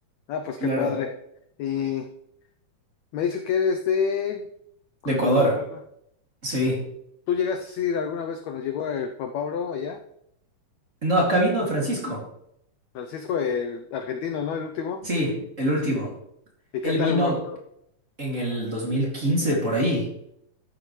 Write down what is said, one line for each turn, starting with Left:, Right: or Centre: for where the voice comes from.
Left: Ah, pues
Right: Claro.
Left: qué padre. Y me dice que eres de Ecuador,
Right: De Ecuador.
Left: ¿verdad?
Right: Sí.
Left: ¿Tú llegaste a ir alguna vez cuando llegó el Juan Pablo allá?
Right: No, acá vino Francisco.
Left: Francisco, el argentino, ¿no? El último.
Right: Sí, el último.
Left: ¿Y qué
Right: Él
Left: tal,
Right: vino
Left: bro?
Right: en el 2015 por ahí.